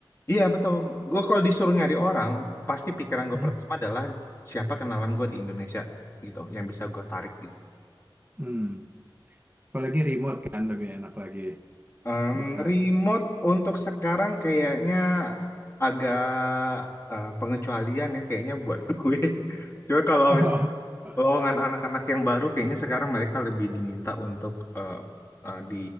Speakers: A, on the left; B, on the right.
A: Iya betul.
B: Kalau
A: Gue kalau disuruh nyari orang, pasti pikiran gue
B: hmm,
A: pertama adalah siapa kenalan gue di Indonesia gitu, yang bisa gue tarik gitu.
B: hmm. Apalagi remote kan lebih enak lagi
A: Em,
B: bisa.
A: remote untuk sekarang kayaknya agak eh, pengecualian ya kayaknya buat gue. <laughs> Cuma kalau
B: <laughs>
A: Kalau Golongan anak-anak yang baru kayaknya sekarang mereka lebih diminta untuk eh, eh, di